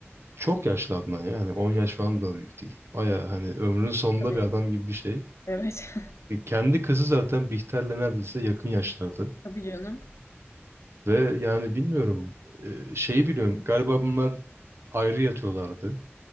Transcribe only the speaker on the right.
çok yaşlı Adnan ya. Yani 10 yaş falan da büyük değil. Baya hani ömrünün sonunda
bir adam gibi bir şey.
E, Kendi kızı zaten Bihter'le neredeyse yakın yaşlarda.
Ve yani bilmiyorum e, şeyi biliyorum galiba bunlar ayrı yatıyorlardı.